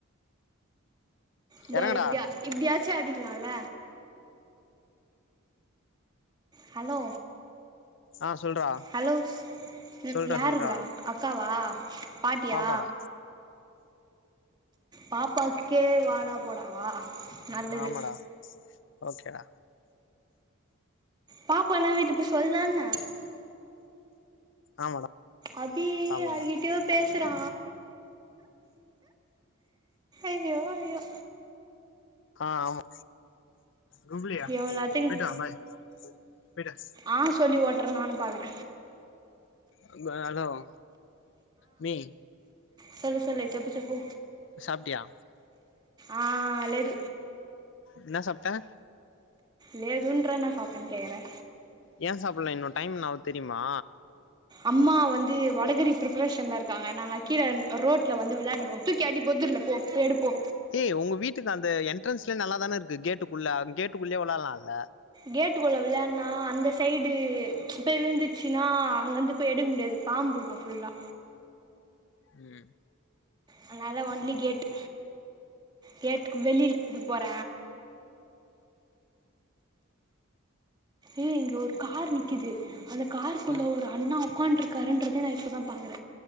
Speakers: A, on the right; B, on the left.
A: இதோ
B: எறங்குடா
A: இப்டியா இப்டியாச்சும் ஆடிக்கலாம்ல ஹலோ
B: ஆ சொல்றா
A: ஹலோ ம்
B: சொல்றா
A: யாருக்குரா
B: சொல்றா
A: அக்காவா பாட்டியா
B: பாப்பாடா
A: பாப்பாக்கே வாடா போடாவா நல்லது
B: ஆமடா ஓகேடா
A: பாப்பா என்ன வீட்டுக்கு போயி சொல்லுதா என்ன
B: ஆமாடா
A: அபி
B: ஆமாடா
A: யார்கிட்டயோ பேசுறா ஐயோ ஐயோ
B: ஆஹ் ஆமா கூப்புலியா
A: எவ்வளாத்துக்கு
B: போயிட்டு வா பாய் போயிட்டாஸ்
A: ஆ சொல்லி ஓட்ற நானு பாக்ற
B: அங்க நல்லாவு மீ
A: சேரி சொல்லு செப்பு செப்பு
B: சாப்டியா
A: ஆ லேது
B: இன்னா சாப்ட
A: லேதுன்ற நா சாப்டன் கேக்ர
B: ஏயா சாப்புல்ல இன்னு டைம் இன்னா ஆவுது தெரியுமா
A: அம்மா வந்து வடகறி பிரிப்ரேஷன்ல இருக்காங்க நாங்க கீழ ரோட்ல வந்து வெளான்னு இருக்குறோ தூக்கி அடி பொதுர்ல போ போடு போ
B: ஏய் உங்க வீட்க்கு அந்த என்ட்ரன்ஸ்ல நல்லாதானே இருக்கு கேட்டுக்குள்ள கேட்டுக்குள்ளயே வெளால்லாம்ல
A: கேட்டுக்குள்ள வெளான் நா அந்த சைடு போய் விழுந்துச்சுனா அங்கருந்து போய் எடுக்க முடியாது பாம்பு இருக்கும் ஃபுல்லா
B: ம்
A: அதனால ஒன்லி கேட்டு் கேட்டுக்கு வெளில இது போற ஏய் இங்க ஒரு கார் நிக்கிது அந்த காருக்குள்ள
B: ம்
A: ஒரு அண்ணா ஒக்கான்று இருக் காறு இன்றதே நா இப்ப தா பாக்குற